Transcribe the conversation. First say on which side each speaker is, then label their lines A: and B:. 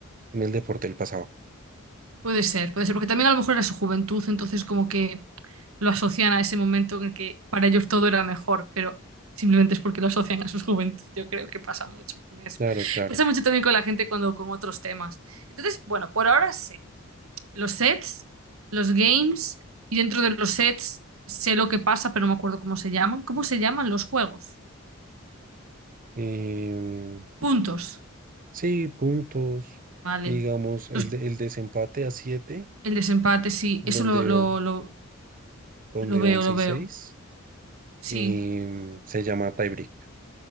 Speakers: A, on the right; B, on the right.
A: en el deporte del pasado.
B: Puede ser, puede ser, porque también a lo mejor era su juventud, entonces como que lo asocian a ese momento en el que para ellos todo era mejor, pero simplemente es porque lo asocian a su juventud. Yo creo que pasa mucho con eso.
A: Claro, claro.
B: Pasa mucho también con la gente cuando con otros temas. Entonces, bueno, por ahora sé los sets, los games y dentro de los sets sé lo que pasa, pero no me acuerdo cómo se llaman. ¿Cómo se llaman los juegos?
A: Em,
B: Puntos,
A: sí, puntos,
B: vale.
A: y digamos, el,
B: Los-
A: de- el desempate a siete
B: el desempate, sí,
A: donde,
B: eso lo, lo,
A: o-
B: lo
A: donde
B: lo veo,
A: van seis
B: lo veo.
A: seis,
B: Sí.
A: em, se llama tiebreak.